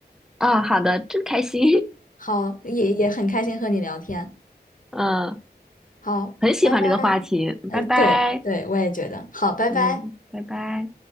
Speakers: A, in the centre; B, on the left.
A: 啊，好的，真开心。
B: 好，也也很开心和你聊天。
A: <laughs> 嗯。
B: 好，
A: 很喜欢这个话题。
B: 拜拜。呃，
A: 拜拜，
B: 对对，我也觉得。好，拜拜。
A: 嗯，拜拜。